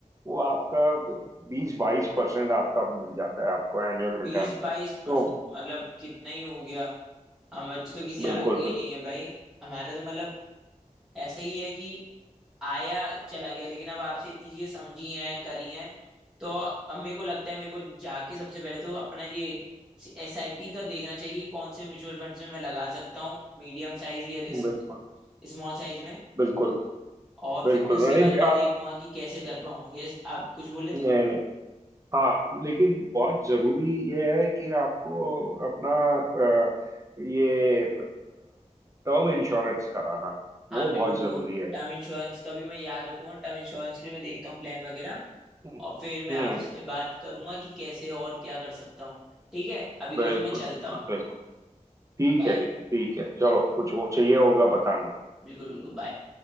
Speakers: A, on the right; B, in the centre.
A: वो आपका बीस बाईस परसेंट आपका मिल जाता है आपको एनुअल
B: बीस
A: रिटर्न
B: बाईस परसेंट
A: तो
B: मतलब कितना ही हो गया हम बच्चे तो किसी
A: बिल्कुल
B: आगे ही नहीं है भाई हमारा तो मतलब ऐसा ही है कि आया चला गया लेकिन अब आपसे इतनी चीजें समझी हैं करी हैं तो अब मेरे को लगता है मेरे को जाके सबसे पहले तो अपना ये एस आई पी का देखना चाहिए कि कौन से म्यूचुअल फंड्स में मैं लगा सकता हूँ मीडियम साइज या रिस्क
A: बिल्कुल
B: स्मॉल साइज में
A: बिल्कुल
B: और
A: बिल्कुल
B: फिर उसके
A: नहीं
B: बाद मैं
A: आप
B: देखूंगा कि कैसे कर पाऊँ ये आप कुछ बोले
A: नहीं
B: थे
A: नहीं हाँ लेकिन बहुत जरूरी ये है कि आपको अपना अ, ये टर्म इंश्योरेंस कराना
B: हाँ
A: वो
B: बिल्कुल
A: बहुत
B: बिल्कुल
A: जरूरी है
B: टर्म इंश्योरेंस का भी मैं याद रखूंगा टर्म इंश्योरेंस के लिए मैं देखता हूँ प्लान वगैरह
A: हम्म
B: और फिर मैं
A: हम्म,
B: आपसे बात करूंगा कि कैसे और क्या कर सकता हूँ ठीक है अभी के
A: बिल्कुल
B: लिए तो मैं चलता
A: बिल्कुल
B: हूँ
A: बिल्कुल ठीक
B: बाय
A: है जी ठीक है चलो कुछ हो चाहिए होगा बताना
B: बिल्कुल बिल्कुल बाय